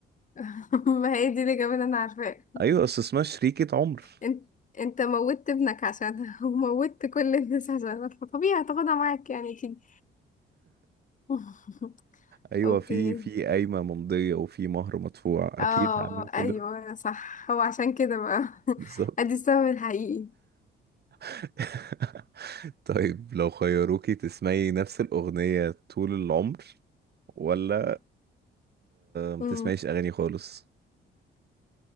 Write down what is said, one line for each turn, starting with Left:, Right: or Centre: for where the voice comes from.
Left: <laughs> ما هي دي الإجابة اللي أنا عارفاها
Right: ايوه اصل اسمها شريكة عمر
Left: انت انت موتت ابنك عشانها <laughs> وموتت كل الناس عشانها فطبيعي هتاخدها معاك يعني اكيد <laughs>
Right: ايوه
Left: اوكي
Right: في في قايمه ممضيه وفي مهر مدفوع اكيد
Left: اه
Right: هعمل
Left: ايوه
Right: كل ده
Left: صح هو عشان كده بقى
Right: بالظبط
Left: <laughs> ادي السبب الحقيقي
Right: <laughs> طيب لو خيروكي تسمعي نفس الاغنيه طول العمر ولا ما
Left: يا
Right: تسمعيش اغاني خالص